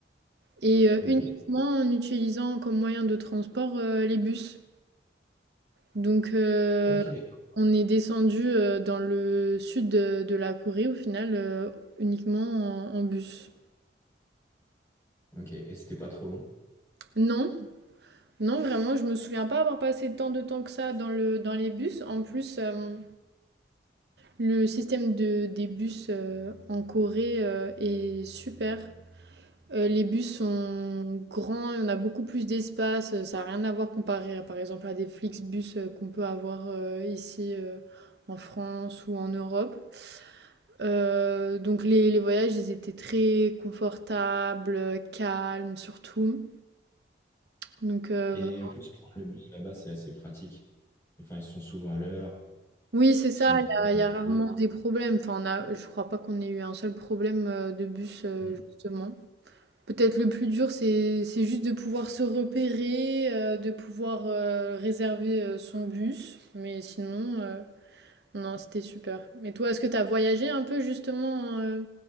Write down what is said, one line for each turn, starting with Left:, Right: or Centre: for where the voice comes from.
Right: Et euh,
Left: Ok.
Right: uniquement en utilisant comme moyen de transport euh, les bus. Donc, euh,
Left: Ok.
Right: on est descendu euh, dans le sud de, de la Corée au final euh, uniquement en, en bus.
Left: Ok, et c'était pas trop long.
Right: Non, non, vraiment, je me souviens pas avoir passé tant de temps que ça dans le, dans les bus. En plus, euh, le système de, des bus euh, en Corée euh, est super. Euh, les bus sont grands, on a beaucoup plus d'espace. euh, Ça n'a rien à voir comparé à, par exemple à des Flixbus euh, qu'on peut avoir euh, ici euh, en France ou en Europe. Euh, donc les, les voyages, ils étaient très confortables, calmes surtout. Donc euh,
Left: Et
Right: vraiment-
Left: en plus, prendre le bus là-bas, c'est assez pratique. Enfin, ils sont souvent à l'heure,
Right: oui, c'est ça,
Left: ils sont bien
Right: il y a, il
Left: indiqués.
Right: y a rarement des problèmes. Enfin, on a, je crois pas qu'on ait eu un seul problème euh, de bus, euh,
Left: Mm.
Right: justement. Peut-être le plus dur, c'est, c'est juste de pouvoir se repérer, euh, de pouvoir euh, réserver euh, son bus. Mais sinon, euh, non, c'était super. Et toi, est-ce que tu as voyagé un peu justement euh,